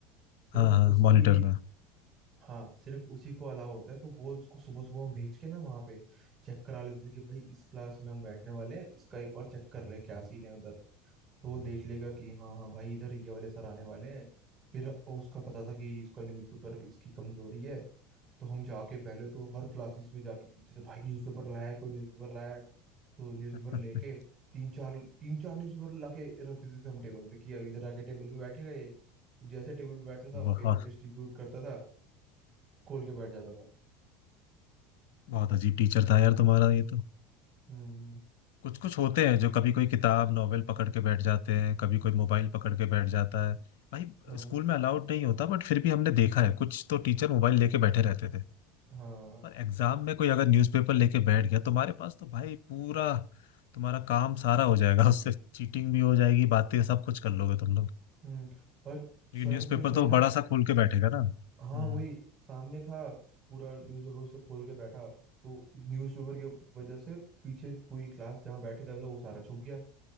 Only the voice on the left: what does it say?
हाँ हाँ
मॉनिटर का
<laughs>
वाह
बहुत अजीब टीचर था यार तुम्हारा ये तो
कुछ कुछ होते हैं जो कभी कोई किताब नॉवेल पकड़ के बैठ जाते हैं कभी कोई मोबाइल पकड़ के बैठ जाता है भाई
स्कूल में अलाउड नहीं होता बट फिर भी हमने देखा है कुछ तो टीचर मोबाइल लेके बैठे रहते थे
पर एग्जाम में कोई अगर न्यूज़पेपर लेके बैठ गया तुम्हारे पास तो भाई पूरा तुम्हारा काम सारा हो जाएगा उससे चीटिंग भी हो जाएगी बातें सब कुछ कर लोगे तुम लोग
क्योंकि
न्यूज़पेपर
तो
बड़ा सा खोल के बैठेगा ना हम्म